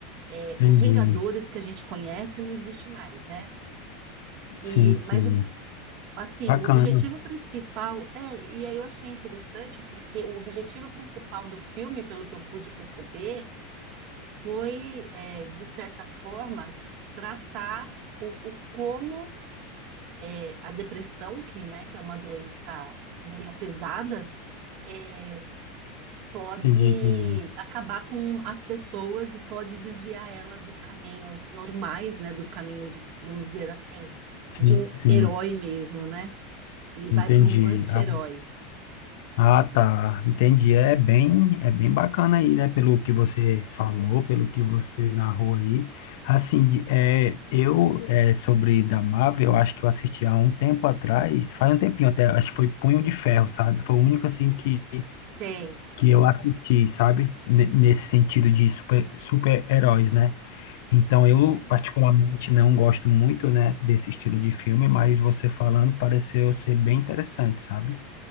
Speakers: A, on the right; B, on the left.
A: é,
B: entendi.
A: os Vingadores que a gente conhece não existe mais, né? E,
B: Sim, sim.
A: mas o, assim,
B: Bacana.
A: o objetivo principal é, e aí eu achei interessante porque o objetivo principal do filme, pelo que eu pude perceber, foi, é, de certa forma, tratar o, o como é, a depressão, que, né, que é uma doença meia pesada, é, pode
B: Entendi, entendi.
A: acabar com as pessoas e pode desviar ela dos caminhos normais, né, dos caminhos, vamos dizer assim,
B: Sim,
A: de um
B: sim.
A: herói mesmo, né? E vai
B: Entendi.
A: para um anti-herói.
B: Ah, ah, tá. Entendi. É bem, é bem bacana aí, né? Pelo que você falou, pelo que você narrou aí. Assim, de- é, eu, é, sobre da Marvel, eu acho que eu assisti há um tempo atrás, faz um tempinho até, acho que foi Punho de Ferro, sabe? Foi o único, assim, que
A: Sei.
B: que eu assisti, sabe? Ne- Nesse sentido de super, super-heróis, né? Então, eu
A: Uhum.
B: particularmente não gosto muito, né, desse estilo de filme, mas você falando pareceu ser bem interessante, sabe?